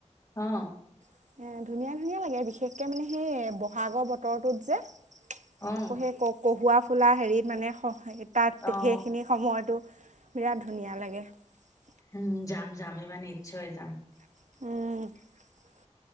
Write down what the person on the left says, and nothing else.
অ।
অ
অ
উম যাম যাম, এইবাৰ নিশ্চয় যাম।